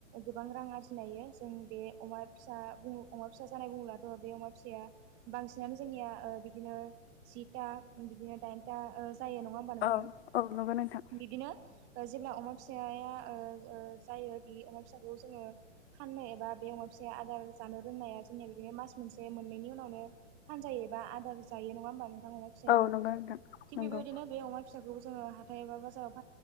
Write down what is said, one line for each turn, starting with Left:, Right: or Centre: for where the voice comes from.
Right: गोबां रां आरजिनायायो जों बे बे अमा फिसा अमा फिसा जानाय बुङोब्लाथ' बे अमा फिसाया बांसिनानो जोंनिया ओ बिदिनो जिथा बिदिनो दाइनथा जायो नङा होमबा नोंथां
Left: औ औ नंगौ नोंथां
Right: बिदिनो जेब्ला अमा फिसाया जायो बि अमा फिसाखौ जोङो फाननो एबा बे अमा फिसा आदार जानो रोंनाया बिदिनो मास मोनसे मोननैनि उनावनो फानजायो एबा आदार जायो नङा होमबा नोंथां अमा फिसाया
Left: औ नंगौ नोंथां
Right: थिग
Left: नंगौ
Right: बेबायदिनो बे अमा फिसाखौबो जोङो हाथाय एबा बाजाराव